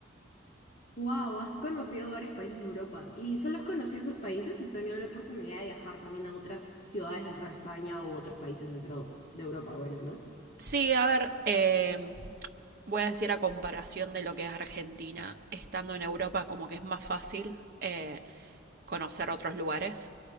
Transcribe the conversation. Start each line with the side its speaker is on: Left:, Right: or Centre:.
Left: Wow, has conocido varios países de Europa. ¿Y solo has conocido esos países o has tenido la oportunidad de viajar también a otras ciudades dentro de España u otros países dentro de Europa? Bueno, ¿no?
Right: Sí, a ver, eh, voy a decir a comparación de lo que es Argentina, estando en Europa como que es más fácil eh, conocer otros lugares